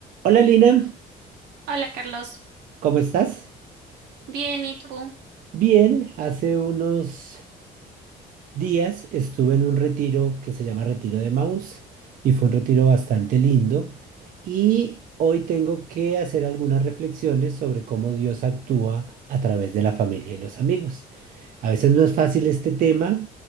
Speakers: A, on the right (about 55°); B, on the right (about 80°).
A: Hola Lina,
B: Hola Carlos,
A: ¿cómo estás?
B: bien, ¿y tú?
A: Bien, hace unos, días estuve en un retiro que se llama Retiro de Maús y fue un retiro bastante lindo y hoy tengo que hacer algunas reflexiones sobre cómo Dios actúa a través de la familia y los amigos. A veces no es fácil este tema